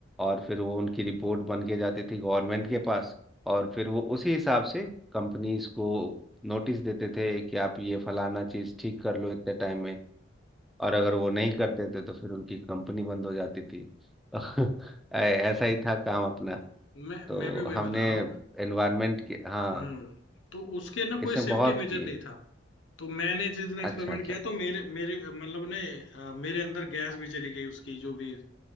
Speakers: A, in the centre; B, on the left.
A: और फिर वो उनकी रिपोर्ट बन के जाती थी गवर्नमेंट के पास और फिर वो उसी हिसाब से कंपनीज को नोटिस देते थे कि आप ये फलाना चीज़ ठीक कर लो इतने टाइम में और अगर वो नहीं करते थे तो फिर उनकी कंपनी बंद हो जाती थी <laughs> ऐ- ऐसा ही था काम अपना
B: मैं
A: तो
B: मैं भी वही
A: हमने
B: बता रहा हूँ
A: एनवायरनमेंट के हाँ
B: हम्म तो उसके ना
A: इसमें
B: कोई सेफ्टी
A: बहुत
B: मेजर
A: किए
B: नहीं था तो मैंने जिस दिन एक्सपेरिमेंट
A: अच्छा अच्छा
B: किया तो मेरे मेरे मतलब ने अ, मेरे अंदर गैस भी चली गई उसकी जो भी